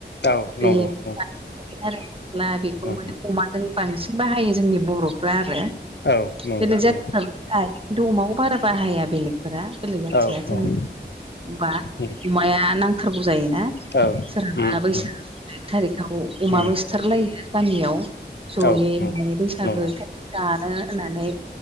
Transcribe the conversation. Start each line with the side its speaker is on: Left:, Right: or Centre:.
Left: औ
Right: बेथ
Left: नंगौ उम
Right: आरोला बेखौ
Left: औ
Right: माने। अमाजों बांसिन बाहायो जोंनि बर'फ्रा आरो
Left: औ नंगौ
Right: बेलेग
Left: नंगौ उम औ नंगौ उम औ नंगौ
Right: जाथिफ्राबो
Left: नंगौ
Right: <unintelligible> जिन्थु अमाखौ बारा बाहाया बेलेगफोरा बेलेग जाथिया
Left: औ
Right: जों
Left: औ
Right: होमबा
Left: उम
Right: अमाया नांथारगौ जायोना
Left: औ उम
Right: सोरहाबा बैसाग
Left: उम
Right: एक थारिक याव अमाबो
Left: उम
Right: सिथारलायो गामियाव जयै
Left: औ नंगौ
Right: माने बैसागो
Left: नंगौ
Right: जानो होननानै